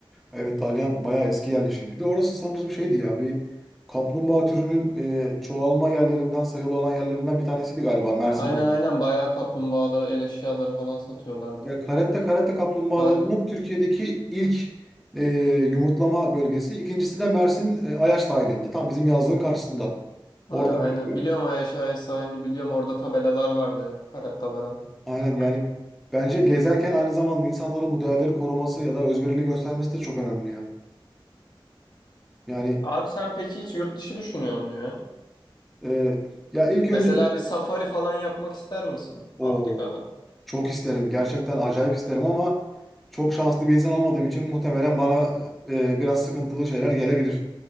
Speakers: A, in the centre; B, on the left.
A: Evet Dalyan bayağı eski yerleşim. Bir de orası sanırım şeydi ya bir kaplumbağa türünün e, çoğalma yerlerinden sayılı olan yerlerinden bir tanesiydi galiba Mersin'de.
B: Aynen aynen bayağı kaplumbağalı el eşyaları falan satıyorlardı.
A: Ve karette karette kaplumbağalarının
B: A
A: Türkiye'deki ilk e, yumurtlama bölgesi. İkincisi de Mersin e, Ayaş sahilinde. Tam bizim yazlığın karşısında. Oradan
B: a- aynen
A: geliyorum.
B: biliyorum Ayaş Ayaş sahilini biliyorum orada tabelalar vardı hep karataların. <clears throat>
A: Aynen yani bence gezerken aynı zamanda insanların bu değerleri koruması ya da özverili göstermesi de çok önemli ya. Yani
B: Abi sen peki hiç yurt dışı düşünüyor musun ya?
A: e, ya ilk önce
B: Mesela bir safari falan yapmak ister misin
A: o
B: Afrika'da?
A: çok isterim. Gerçekten acayip isterim ama çok şanslı bir insan olmadığım için muhtemelen bana e, biraz sıkıntılı şeyler gelebilir.